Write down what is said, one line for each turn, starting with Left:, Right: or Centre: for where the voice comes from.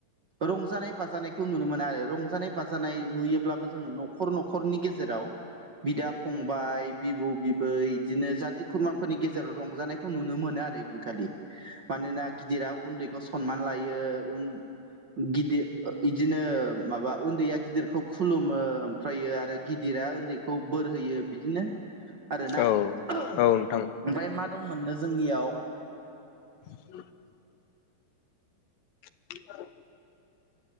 Right: रंजानाय बाजानायखौ नुनो मोनो आरो रंजानाय बाजानाय नुयोब्लाबो जोंङो न'खर-न'खरनि गेजेराव बिदा फंबाय बिबौ बिबै बिदिनो जाथि खुरमाफोरनि गेजेराव रंजानायखौ नुनो मोनो आरो इदिनखालि मानोना गिदिरा उन्दैखौ सनमान लायो उन गिदिर इदिनो माबा उन्दैया गिदिरखौ खुलुमो आम फ्रायो आरो गिदिरा ओन्दैखौ बोर होयो बिदिनो आरो ना
Left: औ
Right: ओमफ्राय
Left: औ नोंथां
Right: मा दंमोन नो जोंनियाव
Left: <inaudible> <inaudible>